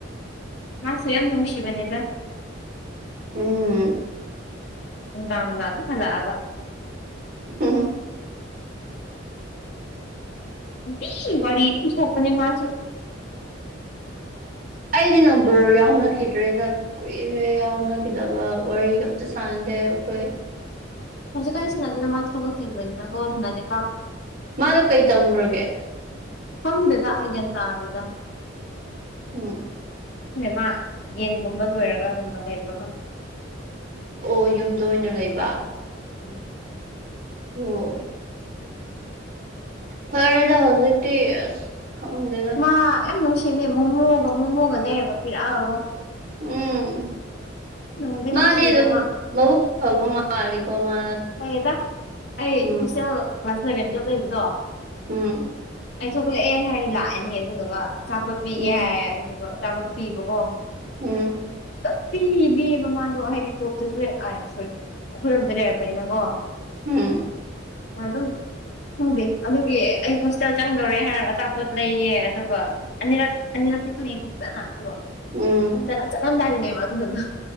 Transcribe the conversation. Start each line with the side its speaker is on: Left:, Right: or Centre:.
Left: ꯃꯥꯁꯨ ꯌꯥꯝ ꯅꯨꯡꯁꯤꯕꯅꯦꯗ
Right: ꯎꯝ
Left: ꯅꯨꯡꯗꯥꯡ ꯅꯨꯡꯗꯥꯡ ꯑꯗꯨꯝ ꯍꯂꯛꯑꯒ
Right: ꯍꯝ
Left: ꯅꯨꯡꯇꯤꯒꯤ ꯋꯥꯔꯤ ꯑꯗꯨꯝ ꯊꯣꯛꯄꯅꯦ ꯃꯥꯁꯨ
Right: ꯑꯩꯗꯤ ꯅꯝꯕꯔ ꯌꯥꯎꯅꯈꯤꯗ꯭ꯔꯦꯗ ꯀꯨꯏꯔꯦ ꯌꯥꯎꯅꯈꯤꯗꯕ ꯋꯥꯔꯤ ꯑꯝꯇ ꯁꯥꯟꯅꯗꯦ ꯑꯩꯈꯣꯏ
Left: ꯍꯧꯖꯤꯛꯀꯥꯟ ꯁꯥꯅꯗꯦꯗ ꯃꯥꯁꯨ ꯊꯕꯛ ꯆꯤꯟꯕꯅꯤꯅꯀꯣ ꯁꯥꯅꯗꯦ ꯄꯥꯛ
Right: ꯃꯥꯗꯣ ꯀꯩ ꯇꯝꯈ꯭ꯔꯒꯦ
Left: ꯈꯪꯗꯦꯗ ꯑꯩ ꯒ꯭ꯌꯥꯟ ꯇꯥꯗꯦꯗ
Right: ꯎꯝ
Left: ꯃꯥ ꯌꯦꯟꯒꯨꯝꯕ ꯂꯣꯏꯔꯒꯒꯨꯝꯕ ꯂꯩꯕ꯭ꯔ
Right: ꯑꯣ ꯌꯨꯝꯗ ꯑꯣꯏꯅ ꯂꯩꯕ
Left: ꯎꯝ
Right: ꯑꯣ ꯐꯔꯦꯗ ꯍꯧꯖꯤꯛꯇꯤ ꯑꯁ ꯈꯪꯗꯦ
Left: ꯑꯥ ꯌꯥꯝ ꯅꯨꯡꯁꯤꯕꯅꯦ ꯃꯣꯃꯣꯒ ꯃꯣꯃꯣꯒ ꯂꯩꯔꯒ ꯄꯤꯔꯛꯑꯒꯀꯣ
Right: ꯎꯝ
Left: ꯅꯨꯡꯗꯤ
Right: ꯃꯥꯗꯤ
Left: ꯅꯨꯡꯁꯤꯌꯦꯗ
Right: ꯑꯗꯨꯝ
Left: ꯃꯥ
Right: ꯃꯕꯨꯛ ꯐꯕ ꯃꯥꯂꯦꯀꯣ ꯃꯥ
Left: ꯐꯌꯦꯗ ꯑꯩ
Right: ꯎꯝ
Left: ꯍꯣꯁꯇꯦꯜ ꯀ꯭ꯂꯥꯁ ꯏꯂꯚꯦꯟ ꯇꯨꯌꯦꯜꯕ ꯂꯩꯕꯗꯣ
Right: ꯎꯝ
Left: ꯑꯩ ꯊꯣꯛꯂꯛꯑꯦ ꯍꯥꯏꯔ ꯂꯥꯛꯑꯅꯤ ꯑꯗꯨꯗꯨꯒ ꯑꯆꯥꯄꯣꯠ ꯄꯤꯒꯦ
Right: ꯎꯝ
Left: ꯍꯥꯏꯔ ꯑꯗꯨꯗꯨꯒ ꯑꯆꯥꯄꯣꯠ ꯄꯤꯕꯀꯣ
Right: ꯎꯝ
Left: ꯑꯗꯨ ꯄꯤꯕꯤꯕ ꯃꯥꯗꯣ ꯍꯥꯏꯗꯤ ꯇꯣꯞꯇꯁꯨ ꯂꯩꯔꯛꯑꯦ ꯁꯣꯔꯤ ꯑꯩꯈꯣꯏꯔꯣꯝꯗ ꯂꯩꯔꯛꯄ ꯥꯄꯅꯤꯅ ꯀꯣ
Right: ꯎꯝ
Left: ꯃꯣꯏ ꯑꯗꯨꯝ ꯈꯪꯗꯦ ꯑꯗꯨꯒꯤ ꯑꯩ ꯍꯣꯁꯇꯦꯜ ꯆꯪꯗꯧꯔꯦ ꯍꯥꯏꯔꯒ ꯑꯆꯥꯄꯣꯠ ꯂꯩꯌꯦ ꯑꯗꯨꯒ ꯑꯅꯤꯔꯛ ꯑꯅꯤꯔꯛꯇꯤ ꯈꯪꯉꯦꯀꯣ ꯐꯖꯅ ꯑꯗꯨꯒ
Right: ꯎꯝ
Left: ꯆꯠꯂ ꯆꯠꯂꯝꯗꯥꯏꯗꯅꯦꯕ ꯑꯗꯨꯗꯨꯅ